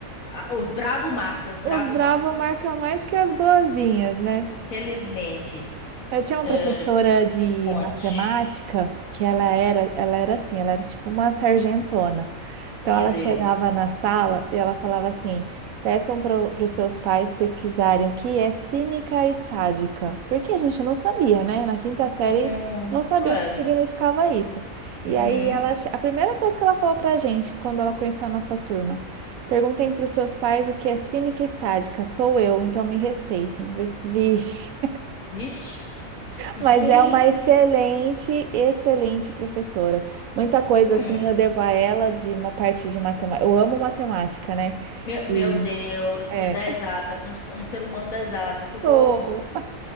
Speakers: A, on the left; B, on the right.
A: Ah, os Bravo marca, os
B: os
A: Bravo
B: bravos
A: marca.
B: marcam mais que as boazinhas, né?
A: Infelizmente.
B: Eu tinha uma
A: É,
B: professora de
A: Conte.
B: matemática que ela era, ela era assim, ela era tipo uma sargentona. Então
A: Meu
B: ela
A: Deus.
B: chegava na sala e ela falava assim: peçam para os seus pais pesquisarem o que é cínica e sádica. Porque a gente não sabia, né? Na quinta série
A: Hum,
B: não sabia
A: é,
B: o que significava isso.
A: uhum.
B: E aí ela, che- a primeira coisa que ela falou pra gente quando ela conheceu a nossa turma. Perguntem para os seus pais o que é cínica e sádica. Sou eu, então me respeitem. Vixe.
A: Vixe. Gente!
B: Mas é uma excelente, excelente professora. Muita coisa
A: Hum,
B: assim eu devo a ela de uma parte de matemática. Eu amo matemática, né?
A: meu,
B: E
A: meu Deus,
B: é.
A: das exatas, um, um ser humano das exatas, socorro!
B: Sou-